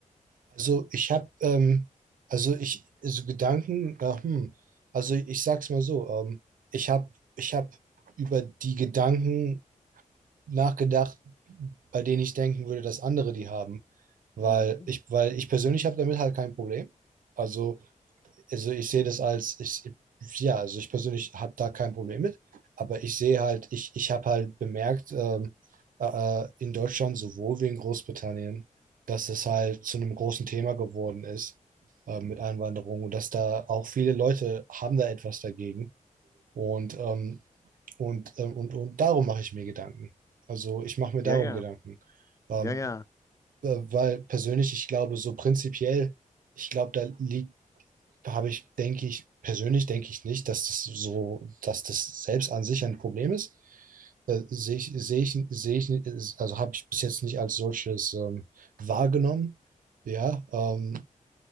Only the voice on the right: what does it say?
Also ich habe, ähm, also ich, so Gedanken, ja, hm, also ich sag's mal so, ähm, ich habe, ich habe über die Gedanken nachgedacht, bei denen ich denken würde, dass andere die haben, weil
ich, weil ich persönlich habe damit halt kein Problem. Also also ich sehe das als, ich, ja, also ich persönlich habe da kein Problem mit, aber ich sehe halt, ich, ich habe halt bemerkt, ähm, äh, äh, in Deutschland sowohl wie in Großbritannien, dass es halt zu einem großen Thema geworden ist äh, mit Einwanderung und dass da auch viele Leute haben da etwas dagegen. Und, ähm, und, ähm, und, und darum mache ich mir Gedanken. Also ich mache mir
darum
Gedanken. Ähm,
äh, weil persönlich, ich glaube, so prinzipiell, ich glaube, da liegt da habe ich, denke ich, persönlich denke ich nicht, dass das so, dass das selbst an sich ein Problem ist. Äh, sehe ich, sehe ich, sehe ich, nicht, ist- also habe ich bis jetzt nicht als solches ähm, wahrgenommen. Ja, ähm,